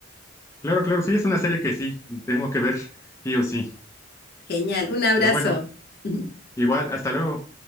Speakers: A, on the left; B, on the left.
A: Claro, claro, sí, es una serie que sí, tengo que ver, sí o sí.
B: Genial, un abrazo.
A: Pero bueno,
B: <laughs>
A: igual, hasta luego.